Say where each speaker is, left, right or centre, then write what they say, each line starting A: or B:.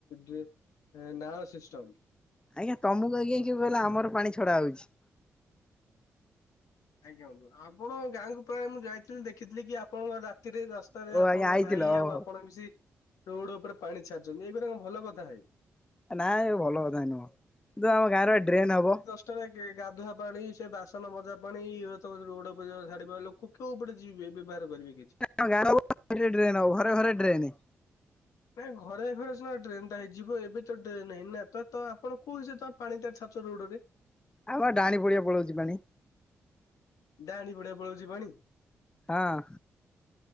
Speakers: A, on the left; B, on the left.
A: ଡ୍ରେ ଏଁ ନାଳ ସିଷ୍ଟମ୍।
B: ଆଜ୍ଞା ତମୁକୁ ଆଜ୍ଞା କିଏ କହିଲା ଆମର ପାଣି ଛଡା ହଉଚି?
A: ଆଜ୍ଞା ବନ୍ଧୁ ଆପଣଙ୍କ ଗାଁକୁ ପ୍ରାୟ ମୁଁ ଯାଇଥିଲି ଦେଖିଥିଲି କି ଆପଣଙ୍କ ରାତିରେ ଦଶ ଟାରେ
B: ଓ
A: ଆପଣଙ୍କ
B: ଆଜ୍ଞା ଆଇଥିଲ
A: ଭାଇ
B: ଓହୋ
A: ଆଉ ଆପଣ ମିଶି ରୋଡ ଉପରେ ପାଣି ଛାଡିଚନ୍ତି ଏଇଗୁରା କଣ ଭଲ କଥା।
B: ନା ଏ ଭଲ କଥା ନୁହଁ ଯୋଉ ଆମ ଗାଁରେ ବା ଡ୍ରେନ ହବ।
A: ତ ରେ କିଏ ଗାଧୁଆ ପାଣି ସେ ବାସନ ମଜା ପାଣି ଏଗୁରା ତମର ରୋଡ ଉପରେ ଯଦି ଛାଡିବ ଲୋ କେ କୋଉ ପଟେ ଯିବେ ବ୍ୟବହାର କରିବେ କିଛି?
B: ଆମ ଗାଁ ରେ <inaudible> ଡ୍ରେନ ହବ ଘରେ ଘରେ ଡ୍ରେନ।
A: ନାଇଁ ଘରେ ଘରେ ସିନା ଡ୍ରେନ ଟା ହେଇଯିବ ଏବେ ତ ଡ୍ରେନ ହେଇନି ନା ତ ତ ଆପଣ କୋଉ ହିସାବରେ ତ ପାଣି ଟା ଛାଡୁଚ ରୋଡ ରେ?
B: ଆଉ ବା ଡାଆଣୀ ପଡିଆ ପଳଉଚି ପାଣି।
A: ଡାଆଣୀ ପଡିଆ ପଳଉଚି ପାଣି?
B: ହଁ।